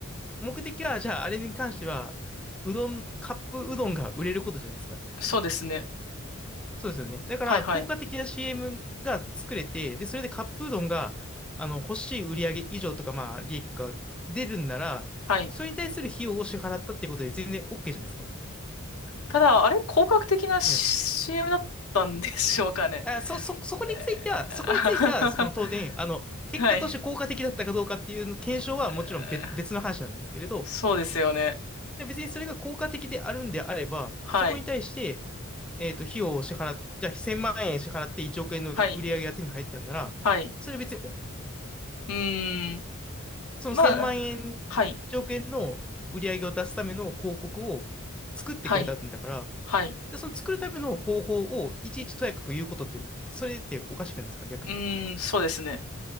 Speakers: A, in the centre; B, on the left.
A: 目的は、じゃあ、あれに関しては、うどん、カップうどんが売れることじゃないですか。
B: そうですね。
A: そうですよね。だから、
B: はい、はい。
A: 効果的な CM が作れて、で、それでカップうどんが、あの、欲しい売上以上とか、まあ、利益とか出るんなら、
B: はい。
A: それに対する費用を支払ったってことで全然 OK じゃないですか。
B: ただ、あれ、広角的な CM
A: はい。
B: だったんでしょうかね。
A: あ、そ、そ、そこについては、
B: えー
A: そこについては、その当然、
B: <laughs>
A: あの、結果として効果的だったかどうかっていうの検証はもちろん別、
B: はい。えー
A: 別の話なんですけれど、
B: そうですよね。
A: で、別にそれが効果的であるんであれば、
B: はい。
A: そこに対して、えっと、費用を支払っ、じゃあ1000万円支払って1億円の売り上げが手に入ったんなら、
B: はい。はい。
A: それ別にお、
B: うーん。
A: その1000万円、
B: まあ、
A: 1億円の売り上げを出すための広告を作ってくれたんだから、
B: はい。はい。はい。
A: で、その作るための方法をいちいちとやかく言うことって、それっておかしくないですか、逆に。
B: うーん、そうですね。